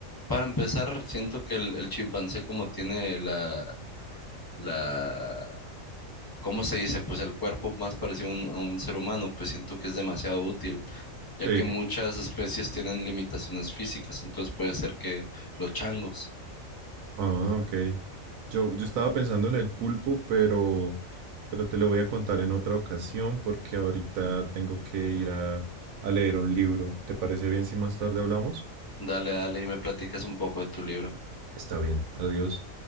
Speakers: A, on the left; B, on the right.
A: Para empezar, siento que el, el chimpancé como tiene la, la, ¿cómo se dice? Pues el cuerpo más parecido a un a un ser humano, pues siento que es demasiado útil. ya
B: Sí.
A: que muchas especies tienen limitaciones físicas, entonces puede ser que los changos.
B: Ah, ok. Yo, yo estaba pensando en el pulpo, pero, pero te lo voy a contar en otra ocasión porque ahorita tengo que ir a, a leer un libro. ¿Te parece bien si más tarde hablamos?
A: Dale, dale y me platicas un poco de tu libro.
B: Está bien. Adiós.